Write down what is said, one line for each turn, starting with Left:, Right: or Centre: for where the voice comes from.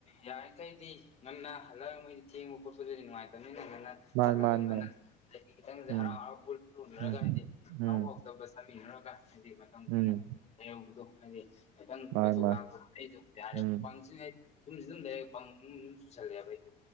Left: ꯌꯥꯔꯤꯈꯩ ꯇꯤ ꯉꯟꯅ ꯍꯜꯂꯥꯑꯥ ꯃꯣꯏꯗꯤ ꯊꯦꯡꯕ ꯈꯣꯠꯄꯗꯤ ꯅꯨꯡꯉꯥꯏꯇꯕꯅꯤꯅ ꯉꯟꯅ
Right: ꯃꯥꯅꯤ
Left: ꯆꯠꯂꯒ
Right: ꯃꯥꯅꯤ
Left: ꯉꯅ
Right: ꯃꯥꯅꯤ
Left: ꯍꯥꯏꯗꯤ ꯈꯤꯇꯪꯁꯦ
Right: ꯎꯝ
Left: ꯍꯔꯥꯎ ꯍꯔꯥꯎ ꯄꯨꯨꯔꯒ
Right: ꯎꯝ
Left: ꯍꯥꯏꯗꯤ
Right: ꯎꯝ
Left: ꯍꯔꯥꯎꯕ ꯍꯥꯎꯗꯕꯁꯦ ꯆꯥꯃꯤꯟꯅꯔꯒ ꯍꯥꯏꯗꯤ ꯃꯇꯝ ꯀꯨꯏꯅ
Right: ꯎꯝ
Left: ꯑꯍꯧꯕꯗꯣ ꯍꯥꯏꯗꯤ ꯈꯤꯇꯪ
Right: ꯃꯥꯅꯤ
Left: ꯀꯣꯏꯊꯣꯛ
Right: ꯃꯥꯅꯤ
Left: ꯂꯥꯡꯊꯣꯛꯄ ꯑꯩꯗꯨꯝ ꯌꯥꯔꯥꯕ
Right: ꯎꯝ
Left: ꯄꯪꯖꯤꯅꯩ ꯍꯨꯝ ꯖꯨꯝ ꯂꯩ ꯄꯪ ꯆꯨꯁꯜꯂꯛꯑꯦꯕ ꯍꯥꯏꯗꯤ